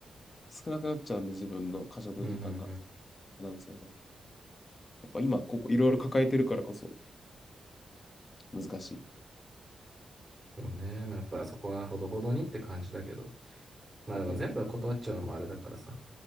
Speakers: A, on the left; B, on the right.
A: 少なくなっちゃうんで、自分の可処分時間が。
B: うんうんうん。
A: なんですよね。やっぱ今、ここいろいろ抱えてるからこそ難しい。
B: そうね。まあ、やっぱそこはほどほどにって感じだけど。まあでも全部は断っちゃうのもあれだからさ。
A: うん